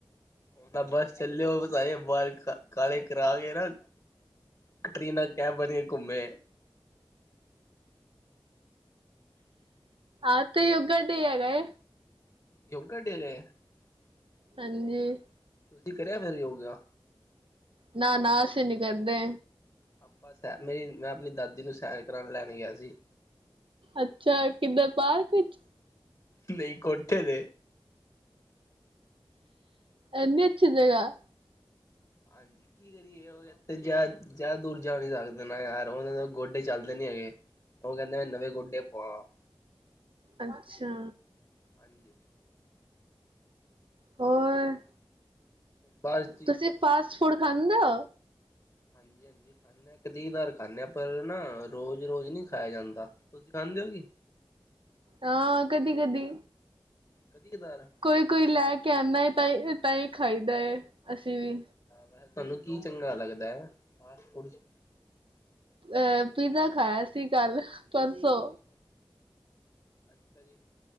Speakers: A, on the left (about 35°); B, on the right (about 65°).
A: ਉਹ ਨਾ ਬਸ ਚੱਲੇ, ਔ ਸਾਰੇ ਬਾਲ ਕਾਲੇ ਕਰਾ ਕੇ ਨਾ। ਕਟਰੀਨਾ ਕੈਫ ਬਨਕੇ ਘੁਮੇ,
B: ਆਹ ਤੇ ਯੋਗਾ ਡੇ ਹੈਗਾ ਹੈ।
A: ਯੋਗਾ ਡੇ ਐ ਅੱਛਾ
B: ਹਾਂਜੀ
A: ਜੀ, ਤੁਸੀਂ ਕਰਿਆ ਕਦੀ ਯੋਗਾ।
B: ਨਾ ਨਾ ਅਸੀ ਨੀ ਕਰਦੇ।
A: ਆਪਾਂ ਸੈਰ, ਨਈ ਮੈਂ ਆਪਣੀ ਦਾਦੀ ਨੂੰ ਸੈਰ ਕਰਉਣ ਲੈਣ ਗਿਆ ਸੀ।
B: ਅੱਛਾ ਕਿੱਧਰ ਪਾਰਕ ਵਿੱਚ
A: ਨਹੀਂ ਕੋਠੇ ਤੇ
B: ਇੰਨੀ ਅੱਛੀ ਜਗਾਹ।
A: ਹਾਂਜੀ, ਕੀ ਕਰੀਏ ਹੋਰ ਇਥ ਜ ਜ਼ਿਆਦਾ ਦੂਰ ਜਾ ਨੀ ਸਕਦੇ ਨਾ ਯਾਰ, ਔਨਾਦੇ ਗੋਡੇ ਚੱਲਦੇ ਨੀ ਹੈਗੇ। ਉਹ ਕਹਿੰਦੇ ਨੇ ਨਵੇਂ ਗੁੱਡੇ ਪਵਾ।
B: ਅੱਛਾ,
A: ਹਾਂਜੀ
B: ਹੋਰ
A: ਬਸ ਜੀ
B: ਤੁਸੀਂ ਫਾਸਟ ਫੂਡ ਖਾਂਦੇ ਹੋ?
A: ਹਾਂਜੀ ਹਾਂਜੀ, ਇੱਕ ਅੱਧੀ ਵਾਰ ਖਾਂਦੇ ਆਂ, ਪਰ ਨਾ ਰੋਜ਼ ਰੋਜ਼ ਨਹੀਂ ਖਾਇਆ ਜਾਂਦਾ ਤੁਸੀਂ ਖਾਂਦੇ ਹੋ ਕਿ।
B: ਹਾਂ ਕਦੀ ਕਦੀ,
A: ਕਦੀ ਕਦਾਰ
B: ਪਰ ਕੋਈ ਲੈ ਕੇ ਆਉਂਦਾ ਹੈ, ਤਾਂ ਤਾਂ ਹੀ ਖਾਈਦਾ ਹੈ ਅਸੀਂ ਵੀ।
A: ਵੈਸੇ ਤੁਹਾਨੂੰ ਕੀ ਚੰਗਾ ਲੱਗਦਾ ਹੈ, ਫਾਸ ਫੂਡ ਚ
B: ਅਹ ਪੀਜ਼ਾ ਖਾਇਆ ਸੀ ਕੱਲ ਪਰਸੋਂ
A: ਅੱਛਾ ਅੱਛਾ ਜੀ,